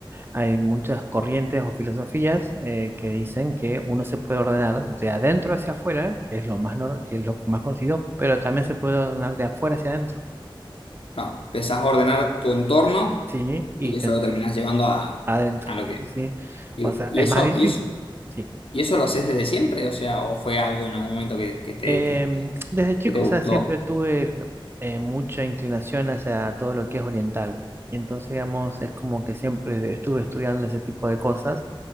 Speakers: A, on the right; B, on the left.
A: hay muchas corrientes o filosofías eh, que dicen que uno se puede ordenar de adentro hacia afuera, que es lo más, nor- que es lo más conocido, pero también se puede ordenar de afuera hacia adentro.
B: No, empezás a ordenar tu entorno
A: Sí, y
B: y
A: te-
B: eso lo terminás llevando a,
A: Adentro,
B: a lo que...
A: sí, sí.
B: Y,
A: O sea, es
B: y eso,
A: más difícil,
B: y eso,
A: sí.
B: y eso lo haces desde siempre, o sea, o fue algo en algún momento que, que te,
A: Em,
B: que,
A: desde chico,
B: que te gustó.
A: o sea, siempre tuve el- eh, mucha inclinación hacia todo lo que es oriental. Y entonces, digamos, es como que siempre estuve estudiando ese tipo de cosas